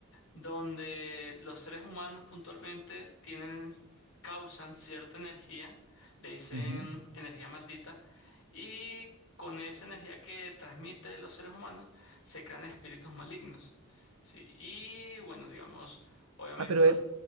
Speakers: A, on the left; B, on the right.
A: donde los seres humanos puntualmente tienen, causan cierta energía, le dicen
B: Ujú.
A: energía maldita, y con esa energía que transmite los seres humanos se crean espíritus malignos. Sí, y bueno, digamos, obviamente
B: Ah, pero
A: los...
B: es-